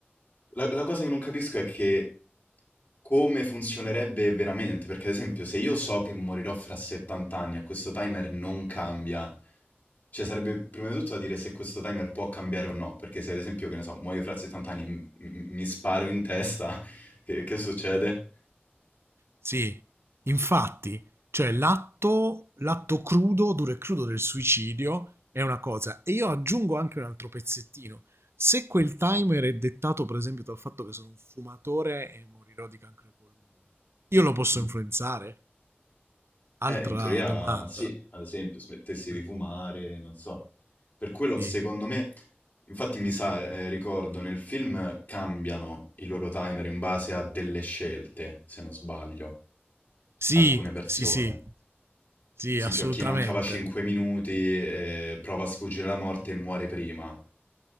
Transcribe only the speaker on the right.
Sì, infatti, cioè l'atto l'atto crudo, duro e crudo del suicidio è una cosa. E io aggiungo anche un altro pezzettino. Se quel timer è dettato, per esempio, dal fatto che sono un fumatore e morirò di cancro ai polmoni, io lo posso
influenzare?
Altra
domanda.
Eh,
Sì,
sì,
sì, sì,
sì,
assolutamente.